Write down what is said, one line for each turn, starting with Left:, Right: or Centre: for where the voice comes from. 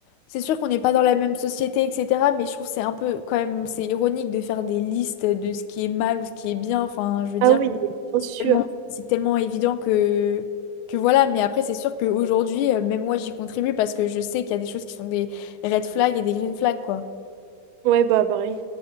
Left: c'est sûr qu'on n'est pas dans la même société, etc., mais je trouve que c'est un peu quand même, c'est ironique de faire des listes de ce qui est mal ou ce qui est bien, enfin, je veux dire.
Right: Ah oui, bien sûr.
Left: tellement, c'est tellement évident que, que voilà. Mais après, c'est sûr qu'aujourd'hui, euh, même moi, j'y contribue parce que je sais qu'il y a des choses qui sont des red flags et des green flags, quoi.
Right: Ouais, bah pareil.